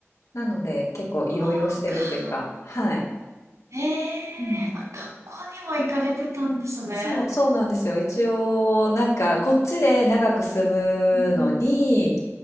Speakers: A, on the left (about 80°); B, on the right (about 80°).
A: なので結構いろいろしてるっていうか、
B: そうか。
A: はい。
B: ええーあ、
A: うん。
B: 学校にも行かれてたんですね。
A: そう、そうなんですよ。一応、なんかこっちで長く住むのに、
B: うん。